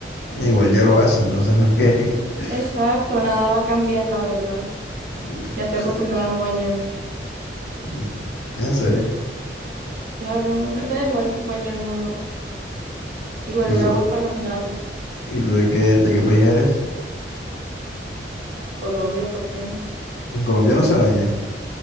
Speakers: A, on the left; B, on the right.
A: Igual ya lo hace, entonces no es que... <laughs>
B: Exacto, nada va a cambiar, la verdad.
A: Mm,
B: Ya estoy
A: sí.
B: acostumbrada a no bañarme.
A: Mm, En serio.
B: Claro, a mí me da igual bañarme o no. Igual
A: ¿Y
B: el
A: tú,
B: agua es para las matas.
A: y tú de qué, de qué país eres?
B: Colombia, ¿por qué?
A: En Colombia no se baña.